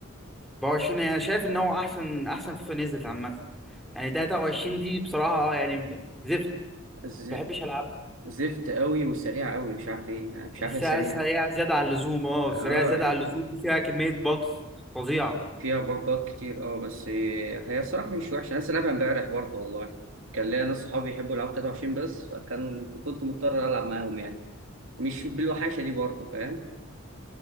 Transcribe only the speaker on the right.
ز-
زفت قوي وسريعه قوي مش عارف ليه يعني مش
عارف هي سريعه
اه
فيها بجات كتير اه بس هي الصراحة مش وحشة أنا لسه لعبها امبارح برضه والله كان ليا ناس صحابي بيحبوا يلعبوا 23 بس فكان كنت مضطر ألعب معاهم يعني مش بالوحشة دي برضه فاهم